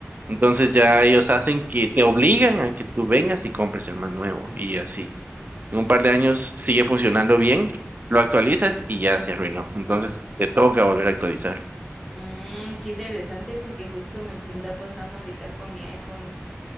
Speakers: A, on the right; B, in the centre.
A: Entonces ya ellos hacen que te obligan a que tú vengas y compres el más nuevo y así. En un par de años sigue funcionando bien, lo actualizas y ya se arruinó. Entonces te toca volver a actualizar.
B: Mm, qué interesante porque justo me, me está pasando ahorita con mi iPhone.